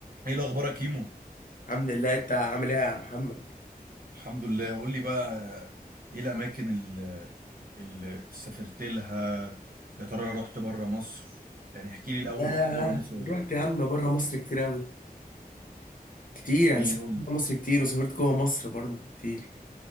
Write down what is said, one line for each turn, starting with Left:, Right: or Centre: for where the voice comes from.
Right: ايه الاخبار يا كيمو
Left: الحمد لله انت عامل ايه يا محمد
Right: الحمد لله قول لي بقى ايه الاماكن اللي, اللي سافرت لها يا ترى رحت بره مصر يعني احكي لي الاول
Left: ياه
Right: رحت بره مصر ولا
Left: رحت
Right: لا
Left: يا عم بره مصر كتير قوي كتير يعني
Right: ايه
Left: سافرت
Right: قول
Left: بره
Right: لي
Left: مصر كتير وسافرت جوه مصر برضه كتير